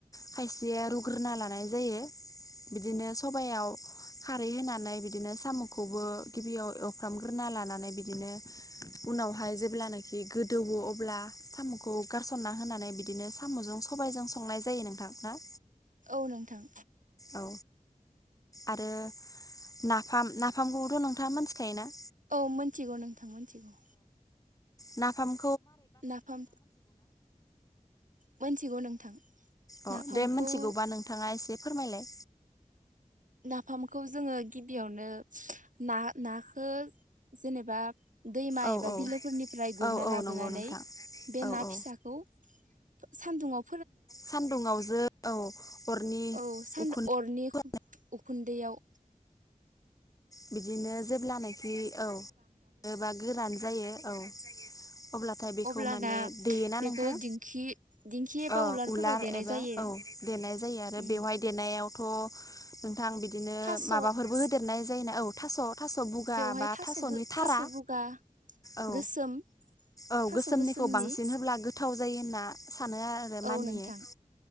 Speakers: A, on the left; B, on the right.
A: खायसेया रुग्रोना लानाय जायो बिदिनो सबायाव खारै होनानै बिदिनो साम'खौबो गिबियाव एवफ्रामग्रोना लानानै बिदिनो उनावहाय जेब्लानाखि गोदौवो अब्ला साम'खौ गारसनना होनानै बिदिनो साम'जों सबायाइजों संनाय जायो नोंथां।
B: औ नोंथां।
A: औ आरो नाफाम नाफामखौथ' नोंथाङा मोनथिखायोना?
B: औ मिथिगौ नोंथां मिथिगौ।
A: नाफाम
B: नाफाम मोनथिगौ नोंथां।
A: अ
B: नाफामखौ
A: दे मिथिगौबा नोंथाङा एसे फोरमायलाय
B: नाफामखौ जोङो गिबियावनो ना नाखो जेनेबा दैमा
A: औ
B: एबा
A: औ
B: बिलोफोरनिफ्राय गुरना
A: औ औ
B: लाबोनानै
A: नंगौ नोंथां
B: बे
A: औ
B: ना
A: औ
B: फिसाखौ। सान्दुंआव
A: सानदुङाव जों औ अरनि
B: औ सान
A: उखुन्दै
B: अरनि उखुन्दैयाव
A: बिदिनो जेब्लानाखि औ एबा गोरान जायो औ। अब्लाथाय बेखौ
B: अब्लाना
A: माने देयोना
B: बेखौ
A: नोंथां
B: दिखि दिंखि एबा
A: औ
B: उलारफोराव
A: उलार
B: देनाय
A: एबा
B: जायो।
A: औ देनाय जायो आरो
B: उम
A: बेवहाय देनायावथ'। गोथां बिदिनो
B: थास'
A: माबाफोरबो होदेरनाय जायो औ थास'। थास' बुगा
B: बेवहाय
A: बा
B: थास'
A: थास'नि थारा
B: थास' बगा
A: औ
B: गोसोम
A: औ
B: थास'
A: गोसोमनिखौ
B: गोसोमनि
A: बांसिन होब्ला गोथाव जायो होनना सानो आरो
B: औ
A: मानियो।
B: नोंथां